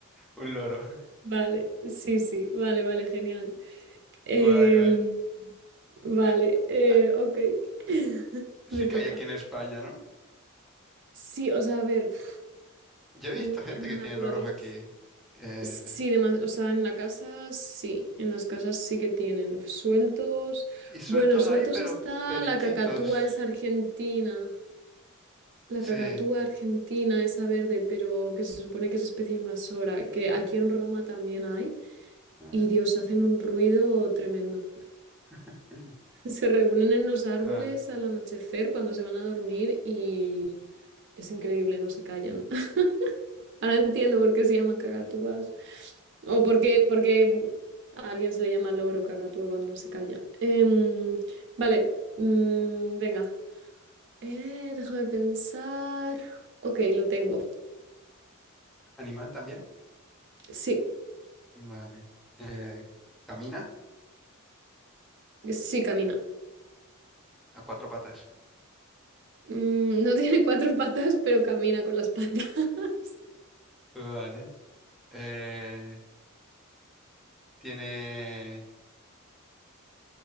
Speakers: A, in the centre; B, on the right.
A: Un loro.
B: Vale, sí, sí, vale, vale, genial. Em,
A: Guay, guay.
B: vale,
A: Eh,
B: eh,
A: ah,
B: ok. <laughs>
A: sí
B: Me
A: que
B: toca.
A: hay aquí en España, ¿no?
B: Sí, o sea, a ver, pf,
A: Yo he visto
B: mm,
A: gente
B: en la
A: que
B: naturaleza,
A: tiene loros aquí. eh,
B: sí, demás, o sea, en la casa, sí, en las casas sí que tienen sueltos.
A: y sueltos
B: Bueno, sueltos
A: hay, pero
B: está
A: periquitos.
B: la cacatúa, es argentina. La
A: Sí.
B: cacatúa argentina, esa verde, pero que se supone que es especie invasora, que aquí en Roma también hay.
A: ah,
B: Y Dios, hacen un ruido tremendo.
A: <clears throat>
B: Se reúnen en los árboles
A: claro.
B: al anochecer cuando se van a dormir y es increíble, no se callan. <laughs> Ahora entiendo por qué se llaman cacatúas o por qué, por qué a alguien se le llama loro cacatúa cuando no se calla. Em, vale, mm, venga, Eh, déjame pensar. Ok, lo tengo.
A: ¿Animal también?
B: Sí,
A: Vale. Eh, camina
B: sí, camina.
A: a cuatro patas.
B: Mm, no <laughs> tiene cuatro patas, pero camina con las patas. <laughs>
A: Vale. Eh, ¿tiene,